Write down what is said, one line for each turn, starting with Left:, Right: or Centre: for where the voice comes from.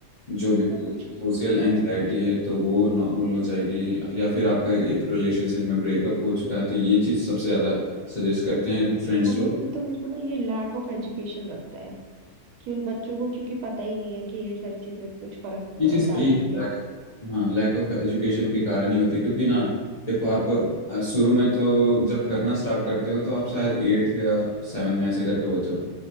Left: जो भी
Right: ऐसा कुछ नहीं
Left: सोशल एंग्जाइटी है तो वो नॉर्मल हो जाएगी या फिर आपका एक रिलेशनशिप में ब्रेकअप हो चुका है तो ये चीज़ सबसे ज़्यादा सजेस्ट करते हैं फ्रेंड्स
Right: कभी
Left: लोग
Right: कभी तो मेरे को ना ये लैक ऑफ एजुकेशन लगता है कि उन बच्चों को क्योंकि पता ही नहीं है कि ये सारी चीजें कुछ फर्क
Left: ये
Right: अ,
Left: चीज
Right: डालती
Left: सही है
Right: भी है
Left: लैक
Right: कि
Left: हाँ लैक ऑफ एजुकेशन के कारण ही होते हैं, क्योंकि ना देखो आप अ, शुरू में तो जब करना स्टार्ट करते हो तो आप शायद एट या सेवन में ऐसे करके होते हो